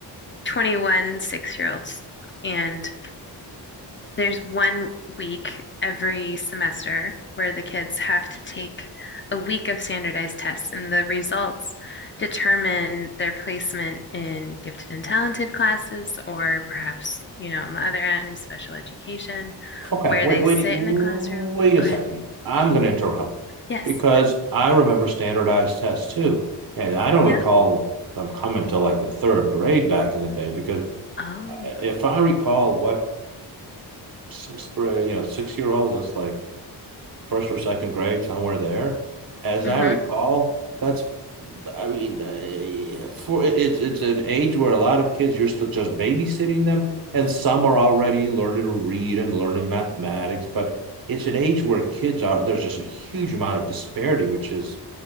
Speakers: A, on the left; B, on the right.
A: 21 six-year-olds, and there's one week every semester where the kids have to take a week of standardized tests, and the results determine their placement in gifted and talented classes, or perhaps, you know, on the other end, special education,
B: Okay,
A: where
B: wait,
A: they
B: wait,
A: sit
B: wait
A: in a classroom.
B: a
A: Go
B: second.
A: ahead.
B: I'm going to interrupt
A: Yes.
B: because I remember standardized tests too. And I don't
A: Yeah.
B: recall them coming to like the third grade back in the day because
A: Oh.
B: if I recall what sixth grade, you know, six year olds, that's like first or second grade, somewhere there. As
A: Mm-hmm.
B: I recall, that's I mean, uh, for it's it's an age where a lot of kids you're still just babysitting them, and some are already learning to read and learning mathematics. But it's an age where kids are there's just a huge amount of disparity, which is